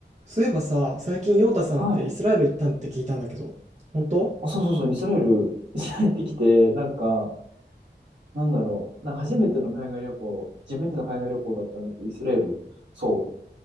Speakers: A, on the right; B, on the right.
A: そういえばさ、最近ヨータさんってイスラエル行ったんって聞いたんだけど、
B: はい。
A: 本当
B: あ、そうそうそう、イスラエル、<laughs> イスラエル行ってきて、なんか、なんだろう、なんか初めての海外旅行、自分での海外旅行だったんだけど、イスラエル、そ